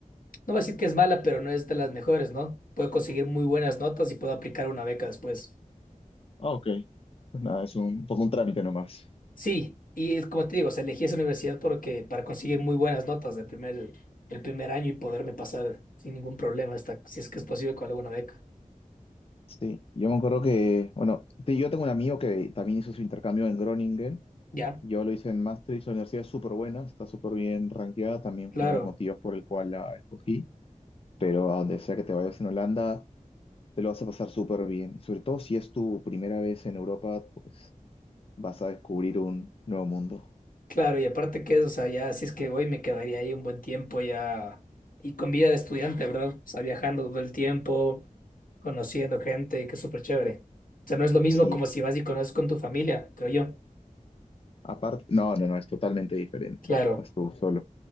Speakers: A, on the left; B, on the left.
A: no voy a decir que es mala, pero no es de las mejores, ¿no? Puedo conseguir muy buenas notas y puedo aplicar una beca después.
B: Ah, ok. Pues nada, es un, poco un trámite nomás.
A: Sí, y es como te digo, o sea, elegí esa universidad porque para conseguir muy buenas notas el primer, el primer año y poderme pasar sin ningún problema hasta si es que es posible con alguna beca.
B: Sí, yo me acuerdo que, bueno, te- yo tengo un amigo que también hizo su intercambio en Groningen
A: Ya,
B: Yo lo hice en Maastricht, la universidad es súper buena, está súper bien rankeada, también
A: claro,
B: fue uno de los motivos por el cual la escogí, pero a donde sea que te vayas en Holanda, te lo vas a pasar súper bien. Y sobre todo si es tu primera vez en Europa, pues vas a descubrir un nuevo mundo.
A: claro, y aparte que es, o sea, ya si es que voy me quedaría ahí un buen tiempo ya y con vida de estudiante, ¿verdad? O sea, viajando todo el tiempo, conociendo gente, que es súper chévere. O sea, no es lo mismo
B: Sí,
A: como si vas y conoces con tu familia, creo yo.
B: Aparte, no, no, no, es totalmente diferente.
A: Claro.
B: Estás tú solo.